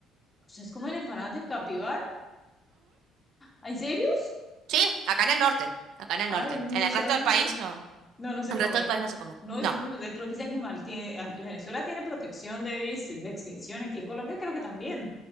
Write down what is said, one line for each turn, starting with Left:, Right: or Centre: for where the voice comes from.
Left: ¿Ustedes comen empanadas de capibara? ¿Ah, ¿En serio?
Right: Sí, acá en el norte, acá en el
Left: Ay,
Right: norte.
Left: no, no
Right: En el
Left: sabía.
Right: resto del país no. En
Left: No, no se
Right: el
Left: come.
Right: resto del país no se come.
Left: No, es
Right: No,
Left: uno, de- creo que ese animal tiene, a- Venezuela tiene protección de, ex- de extinción. Aquí en Colombia creo que también.